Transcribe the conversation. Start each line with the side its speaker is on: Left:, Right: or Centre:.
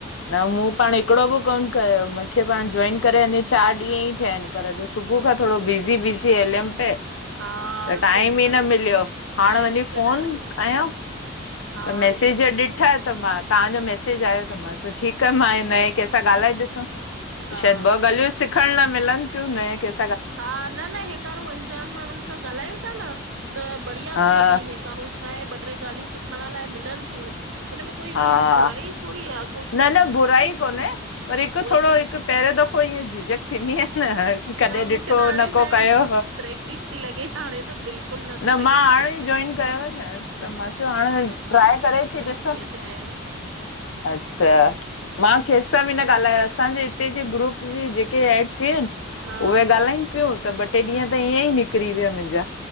Left: न मूं पाण हिकड़ो बि कोन कयो मूंखे पाण जोॉइन करे अञे। चार ॾींहं ई थिया आहिन पर दूं सुबुह खां थोरो बिज़ी बिज़ी हलियम पे। त
Right: हा
Left: टाइम
Right: सही
Left: ई
Right: ॻाल्हि
Left: न
Right: आहे
Left: मिलियो हाण
Right: टाइम
Left: वञी फोन
Right: कढण ई
Left: कयां।
Right: हा
Left: त मैसेज
Right: इहा त
Left: ॾिठा
Right: सही ॻाल्हि
Left: त मां तांजो मैसेज आयो त मां चयो ठीक। मां नए कंहिं सां ॻाल्हाए ॾिसूं
Right: हा
Left: शायद ॿ ॻाल्हियूं सिखण लाइ मिलन थियूं नए कंहिं सां।
Right: हा न न हेकारूं अंजान माण्हुन सां ॻाल्हायूं ता न त बढ़िया त
Left: हा
Right: थो लॻे हेकारूं। छा आहे ॿ ट्रे ॻाल्हियूं सिखण लाइ मिलन थियूं न हिन में कोई
Left: हा
Right: उहो बुराई थोरी न आ।
Left: न न बुरई कोन्हे पर हिक
Right: उहोई
Left: थोरो
Right: त
Left: हिक पहरयों दफ़ो ईअ झिझक। थींदी आहे न कॾहिं
Right: मूंखे
Left: ॾिठो
Right: त हाणे
Left: न
Right: छा
Left: को
Right: आहे
Left: कयो।
Right: प्रैक्टिस थी लॻे हाणे त बिल्कुलु नथो
Left: न
Right: लॻे
Left: मां हाणे
Right: की के
Left: ई जोईन कयो आ न त मां चयो हाणे ट्राए करे ती ॾिसां।
Right: पेहेन।
Left: अच्छा, मां कैस। त बिन ॻाल्हायो असांजे हिते जे ग्रुप जी जेके एड थियांन
Right: हा
Left: उहा ॻाल्हाइन। पियो त ॿ टे ॾींहं त ईअं ई निकरी विया मुंजा